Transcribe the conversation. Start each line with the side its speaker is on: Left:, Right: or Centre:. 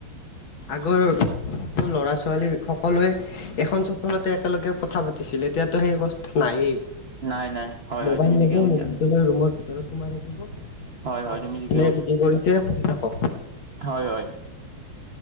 Left: আগৰটো ল'ৰা ছোৱালী সকলোৱে- এখন চোতালতে একেলগে কথা পাতিছিল এতিয়াতো সেই কথা নাইয়েই।
Right: নাই নাই হয় হয়
Left: মোবাইল
Right: তুমি ঠিকে
Left: লব
Right: কৈছা
Left: মোবাইলটো লৈ ৰুমৰ ভিতৰত সোমাই থাকিব।
Right: হয় হয় তুমি ঠিকে
Left: যি কৰিছে শুনি থাকক।
Right: হয়ঁ হয়ঁ।